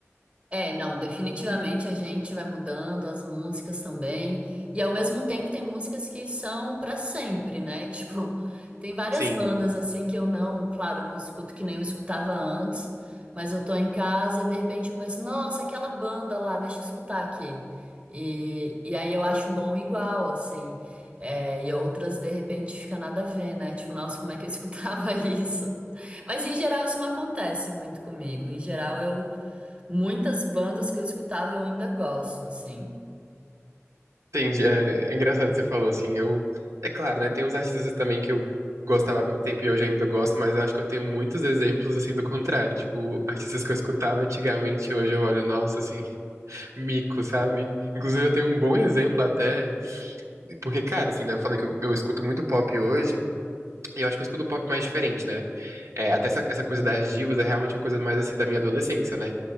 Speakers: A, on the right; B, on the right.
A: É, não, definitivamente a gente vai mudando as músicas também. E ao mesmo tempo tem músicas que são pra sempre, né? <laughs> Tipo, tem várias
B: Sim.
A: bandas assim que eu não, claro, eu não escuto que nem eu escutava antes, mas eu tô em casa e de repente eu penso, nossa, aquela banda lá, deixa eu escutar aqui. E, e aí eu acho bom igual, assim. É, e outras de repente fica nada a ver, né? Tipo, nossa, como é que eu <laughs> escutava isso? Mas em geral isso não acontece muito comigo. Em geral eu Muitas bandas que eu escutava eu ainda gosto, assim.
B: Entendi. É, é engraçado que você falou assim. Eu, é claro, né? Tem uns artistas também que eu gostava há muito tempo e hoje ainda gosto, mas acho que eu tenho muitos exemplos assim do contrário. Tipo, artistas que eu escutava antigamente, hoje eu olho, nossa, assim, <laughs> mico, sabe? Inclusive eu tenho um bom exemplo até, porque, cara, assim, né? Eu falei que eu, eu escuto muito pop hoje. E eu acho que eu escuto pop mais diferente, né? É, até essa, essa coisa das divas é realmente uma coisa mais assim da minha adolescência, né?